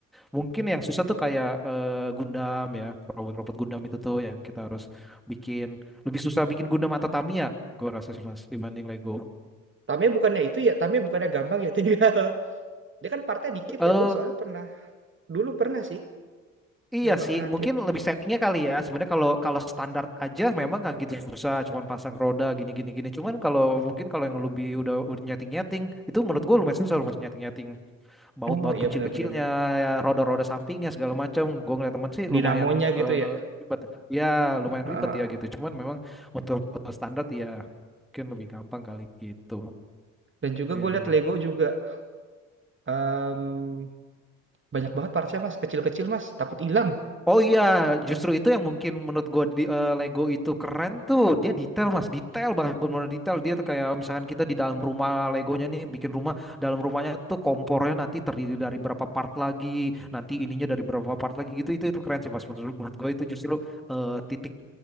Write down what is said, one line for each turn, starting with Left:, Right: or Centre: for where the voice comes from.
Centre: Mungkin yang susah tuh kayak eh, Gundam ya, robot-robot Gundam itu tuh yang kita harus bikin. Lebih susah bikin Gundam atau Tamiya, Gue rasa sih mas, dibanding Lego.
Right: Tame bukannya itu ya, Tame bukannya gampang ya tinggal. <laughs> Dia kan partnya dikit
Centre: Eh
Right: ya, gue soalnya pernah, dulu pernah sih
Centre: Iya
Right: nyoba
Centre: sih,
Right: ngerakit.
Centre: mungkin lebih settingnya kali ya. Sebenarnya kalau kalau standar aja memang nggak gitu Ya. susah, cuman pasang roda gini gini gini. Cuman kalau mungkin kalau yang lebih udah udah nyeting nyeting, itu menurut gue lumayan susah lumayan nyeting nyeting baut
Right: Oh
Centre: baut
Right: iya
Centre: kecil
Right: benar-benar.
Centre: kecilnya, ya, roda-roda sampingnya segala macam. Gue ngeliat temen sih
Right: Dinamonya
Centre: lumayan eh,
Right: gitu ya.
Centre: ribet. Ya lumayan
Right: Ah, ah,
Centre: ribet ya
Right: ah.
Centre: gitu. Cuman memang untuk eh, standar ya mungkin lebih gampang kali gitu.
Right: Dan juga
Centre: Iya
Right: gue liat
Centre: iya.
Right: Lego juga Em, banyak banget partnya mas, kecil-kecil mas, takut hilang.
Centre: Oh iya, justru itu yang mungkin menurut gue di eh, Lego itu keren tuh. Dia detail mas, detail banget, benar-benar detail. Dia tuh kayak misalkan kita di dalam rumah Legonya nih, bikin rumah dalam rumahnya tuh kompornya nanti terdiri dari berapa part lagi, nanti ininya dari berapa part lagi gitu. Itu itu keren sih mas. Menurut menurut gue itu justru eh, titik